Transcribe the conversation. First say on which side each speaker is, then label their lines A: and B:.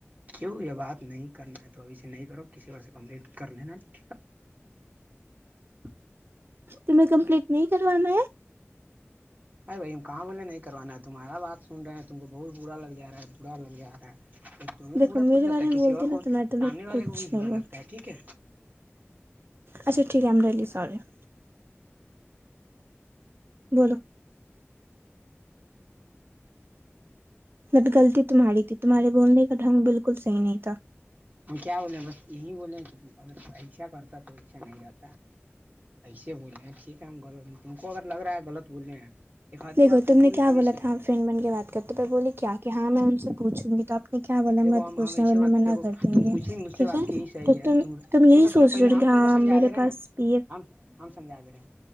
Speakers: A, on the right; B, on the right.
A: کیوں یہ بات نہیں کرنا ہے تو ابھی سے نہیں کرو کسی وور سے کمپلیٹ کر لینا ٹھیک ہے <unintelligible>
B: تم کمپلیٹ نہیں کروانا ہے
A: ار بھائی ہم کام والولے نہیں کروا تمہارا بات سن رہے ہیں تم کو بہت برا لگ گیاا ہے برا لگ گیاا ہے تمہیں کو
B: دیکھو
A: برا
B: میرے
A: تھوڑی لگتا
B: بارے
A: ہے
B: میں
A: کسی
B: بولتی
A: اور
B: نا
A: کو
B: تو میں تمہیں
A: سامنے والے
B: کچھ
A: کو بھی
B: نہیں
A: برا
B: بولتی
A: لگتا ہے ٹھیک ہے
B: اچھا ٹھیک ہے ہم ڈ سوری <unintelligible> بولو <unintelligible> بٹغطی تمہاری تھی تمہارے بولنے کا ڈھنگ بالکل صحیح نہیں تھا <unintelligible>
A: ہم کیا بولے ہیں بس یہی بولیں <unintelligible> اگر ایسا کرتا تو اشا نہیں رہتا <unintelligible> ایسے بولے ہیں ٹھیک ہے ہم غلط نہیں تم کو اگر لگ رہا ہے غلط بولے ہیں ایک ہاتھ
B: دیکھو
A: کے بعد
B: تم
A: کو
B: نے
A: بھی
B: کیا
A: کبھی
B: بولا تھاپ فرینڈ بن کے بات کر تو پھر بولی کیا کہ ہاں میں ان سے پوچھوں گی تو آ کیا ب
A: دیکھو
B: مت
A: ہم
B: پوچھناور
A: ہم ایسے بات
B: منع
A: دیکھو
B: کر دیں
A: تم
B: گے
A: پوچھی مجھ سے
B: ٹھیک
A: بات
B: ہے
A: کی صحیح
B: تو
A: ہے
B: ت تم یہی
A: سنو سنو
B: سوچ
A: پہلے
B: رہ
A: ہم
B: ہو کہ
A: تم
B: ہاں
A: کو سمجھا
B: میرے
A: دے رہے
B: پاس
A: ہیں نا
B: پ
A: ہم ہم سمجھا دے رہے ہیں